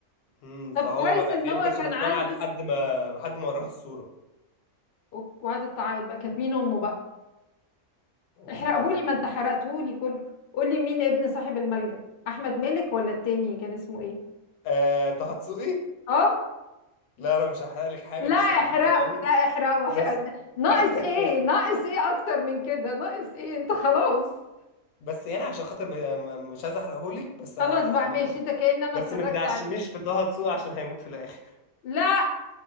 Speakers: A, on the left; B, on the left.
A: امم
B: طب
A: فهو
B: كويس
A: ما
B: ان
A: فاهم
B: هو
A: كانش
B: كان
A: مقتنع
B: عنده
A: لحد ما لحد ما وراها الصورة
B: أوك- وقعدت تعيط بقى كانت مين امه بقى
A: والله
B: احرقهولي
A: العظيم
B: ما انت حرقتهولي كله قولي مين ابن صاحب الملجأ احمد مالك ولا التاني كان اسمه ايه
A: آه طه دسوقي
B: اه
A: لا انا مش هحرق لك حاجة
B: لا
A: بس
B: احرقوا
A: على فكرة يعني
B: لا احرقوا
A: بس
B: إح- ناقص
A: <laughs>
B: ايه ناقص ايه اكتر من كده ناقص ايه انت خلاص
A: بس يعني عشان خاطر م- م- مش عايز احرقه لك بس
B: خلاص
A: آه
B: بقى
A: بس
B: ماشي انت كأن انا
A: بس
B: اتفرجت
A: ما تدعشميش
B: عليه
A: في طه دسوقي عشان هيموت في الاخر
B: لا